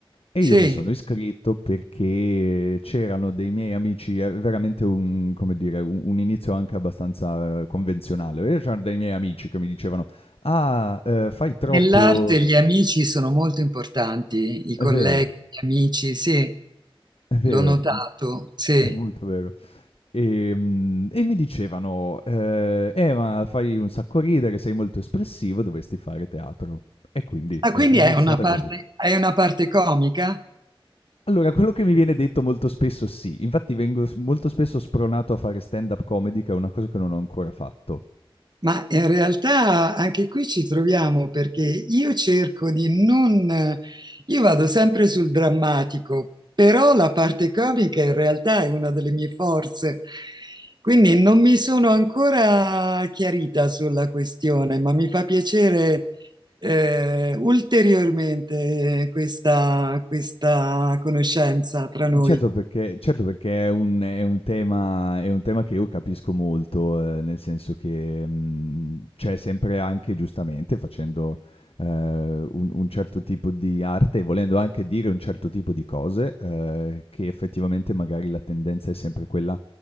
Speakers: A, on the left (about 80°); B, on the right (about 50°).
A: e
B: sì,
A: io mi sono iscritto perché c'erano dei miei amici, è veramente un, come dire, un, un inizio anche abbastanza eh, convenzionale. E C'erano dei miei amici che mi dicevano: Ah, eh, fai troppo.
B: nell'arte gli amici sono molto importanti, i
A: È
B: colleghi,
A: vero,
B: gli amici, sì,
A: è vero,
B: l'ho notato, sì.
A: è molto vero. Ehm, E, mi dicevano: eh, eh, ma fai un sacco ridere, sei molto espressivo, dovresti fare teatro. E quindi
B: Ah,
A: è
B: quindi
A: è iniziata
B: è una parte,
A: così.
B: è una parte comica?
A: Allora, quello che mi viene detto molto spesso sì, infatti vengo s molto spesso spronato a fare stand-up comedy, che è una cosa che non ho ancora fatto.
B: Ma in realtà anche qui ci troviamo perché io cerco di non... Io vado sempre sul drammatico, però la parte comica in realtà è una delle mie forze. Quindi non mi sono ancora chiarita sulla questione, ma mi fa piacere eh, ulteriormente questa, questa conoscenza tra noi.
A: Certo perché certo perché è un è un tema è un tema che io capisco molto, ehm, nel senso che, mhmm, c'è sempre anche giustamente facendo, ehm, un un certo tipo di arte e volendo anche dire un certo tipo di cose, ehm, che effettivamente magari la tendenza è sempre quella,